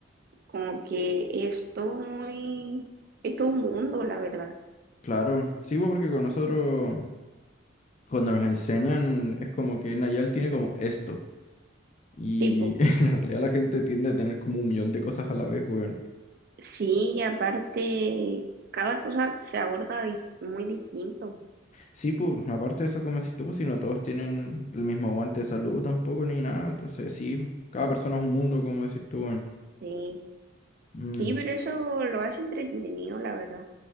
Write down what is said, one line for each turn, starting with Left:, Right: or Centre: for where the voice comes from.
Right: como que es todo muy, es todo un mundo, la verdad.
Left: claro, sí, pues, porque con nosotros, cuando nos enseñan, es como que Nayal tiene como esto, y
Right: Tipo,
Left: <laughs> en la realidad la gente tiende a tener como un millón de cosas a la vez, weón.
Right: sí, y aparte, cada cosa se aborda dis- muy distinto.
Left: Sí, pues, aparte de eso, como decís tú, pues, si no todos tienen el mismo aguante de salud tampoco, ni nada, entonces sí, pues, cada persona es un mundo, como decís tú, weón.
Right: Sí,
Left: Mm.
Right: sí, pero eso lo hace entretenido, la verdad.